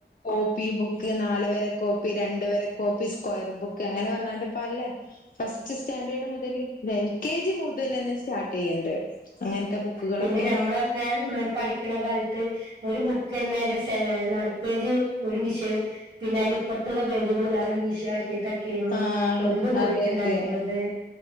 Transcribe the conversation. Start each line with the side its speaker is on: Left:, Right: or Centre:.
Left: കോപ്പി ബുക്ക് നാല് വര കോപ്പി രണ്ട് വര കോപ്പി സ്ക്വയർ ബുക്ക് അങ്ങനെ പറഞ്ഞാണ്ട് ഇപ്പൊ അല്ലേ ഫസ്റ്റ് സ്റ്റാൻഡേർഡ് മുതല് എൽ കെ ജി മുതല് തന്നെ സ്റ്റാർട്ട് ചെയ്യണ്ട് അങ്ങനത്തെ ബുക്കുകളൊക്കെ
Right: പിന്നെ ഞമ്മളൊക്കെ പഠിക്കണ കാലത്ത് ഒരു ബുക്ക് തന്നെ അയിന്റെ നടുപ്പേജ് ഒരു വിഷയം പിന്നെ അതിനിപ്പറത്തുള്ള പേജുകൾ വേറെ ഒരു വിഷയം ആക്കിയിട്ട ക്ചേനു
Left: ആഹ്
Right: കൊണ്ടു പോയിട്ടുണ്ടായിരുന്നത്
Left: അതെ അതെ